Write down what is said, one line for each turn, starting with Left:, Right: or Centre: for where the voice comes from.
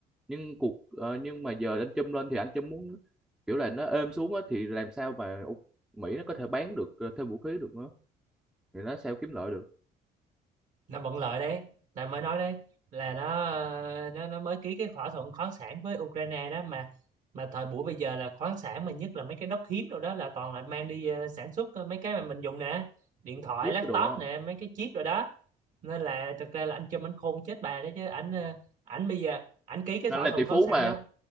Centre: nhưng cuộc ờ, nhưng mà giờ anh Trump lên thì anh Trump muốn kiểu là nó êm xuống á, thì làm sao mà Mỹ nó có thể bán được ờ, thêm vũ khí được nữa thì nó sao kiếm lợi được
Right: nó vẫn lợi đấy tao mới nói đấy là nó ờ, nó nó mới ký cái thỏa thuận khoáng sản với Ukraine đó mà mà thời buổi bây giờ là khoáng sản mà nhất là mấy cái đất hiếm rồi đó là toàn là mang đi ờ, sản xuất ờ, mấy cái mà mình dùng nè điện thoại
Centre: Jeep
Right: laptop
Centre: cái đồ á.
Right: nè mấy cái chip rồi đó nên là thực ra là anh Trump anh khôn chết bà đấy chứ ảnh ờ, ảnh bây giờ ảnh ký cái
Centre: nó
Right: thỏa
Centre: là
Right: thuận
Centre: tỷ
Right: khoáng
Centre: phú
Right: sản
Centre: mà
Right: đó